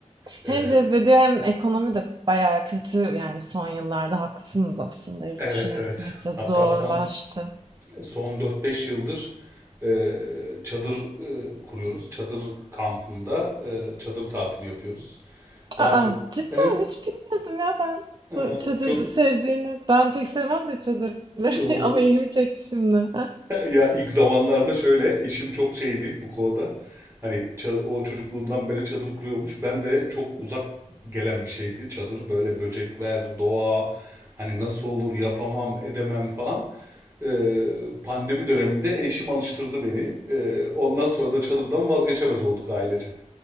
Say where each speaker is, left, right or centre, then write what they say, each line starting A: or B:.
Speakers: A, on the right; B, on the right.
A: E,
B: Hem cezbediyor hem ekonomi de bayağı kötü yani son yıllarda haklısınız aslında yurt
A: evet
B: dışına
A: evet.
B: gitmek de zorlaştı.
A: Hatta son son dört beş yıldır e, çadır e, kuruyoruz. Çadır kampında e, çadır tatili yapıyoruz. Daha
B: Aa
A: çok
B: cidden
A: Evet.
B: hiç bilmiyordum ya ben
A: e,
B: bu çadır
A: çok
B: sevdiğini. Ben pek sevmem de çadırları
A: Oo.
B: <laughs> ama ilgimi
A: <laughs>
B: çekti şimdi. Ha
A: Ya ilk zamanlarda şöyle eşim çok şeydi bu konuda. Hani ça- o çocukluğundan beri çadır kuruyormuş. Ben de çok uzak gelen bir şeydi çadır. Böyle böcekler, doğa, hani nasıl olur yapamam, edemem falan. Ee, pandemi döneminde eşim alıştırdı beni. Ee, ondan sonra da çadırdan vazgeçemez olduk ailece.